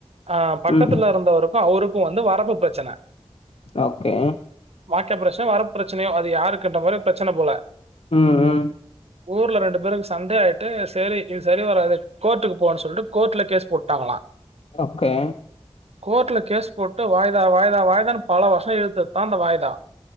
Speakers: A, on the right (about 70°); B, on the left (about 65°).
A: ஆ பக்கத்துல
B: ம்
A: இருந்தவருக்கு அவருக்கு வந்து வரப்பு ப்ரச்சன
B: ஓகே
A: வாக்க ப்ரச்சன வரப் ப்ரச்சனையோ அது யாருக்குன்ற மாரு ப்ரச்சன போல
B: ம் ம்
A: ஊர்ல ரெண்டு பேருக் சண்டே ஆய்ட்டு சேரி இது சரி வராதுக் கோர்ட்டுக்கு போன சொல்ட்டு கோட்ல கேஸ் போட்டா அவளா
B: ஓகே
A: கோர்ட்ல கேஸ் போட்டு வாய்தா வாய்தா வாய்தான்னு பல வர்ஷோ இழுத்துத்தா அந்த வாய்தா